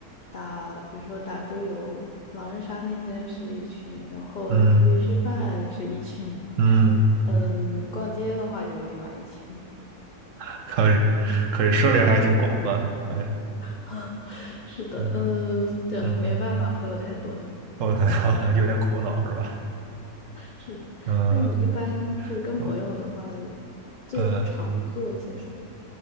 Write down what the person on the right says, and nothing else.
嗯嗯，
<laughs> 可以可以，涉猎还挺广泛。哎，
嗯
嗯，
我 <laughs> 有点苦恼是吧？
呃，
我
呃